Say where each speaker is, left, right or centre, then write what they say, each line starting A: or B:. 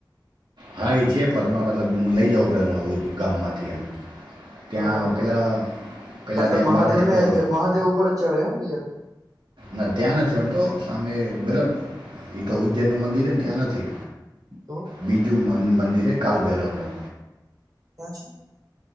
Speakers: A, on the right; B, on the right.
A: હા એ છે પદમાં મતલબ લઈ જવું પડે હું આવ ગામમાંથી એમ. ત્યાં
B: બરાબર
A: પહેલાં
B: મતલબ
A: પહેલાં
B: મતલબ
A: ત્યાં
B: મહાદેવ
A: બારે સ્ટોર
B: ને જે મહાદેવ ઉપર જ ચડે એમ બિયર.
A: ના ત્યાં નથી ચડતો સામે મતલબ એતો ઉજ્જૈનનું મંદિરને ત્યાં નથી.
B: તો
A: બીજુ મંદિરે કાલભેરવનું.
B: ક્યાં છે.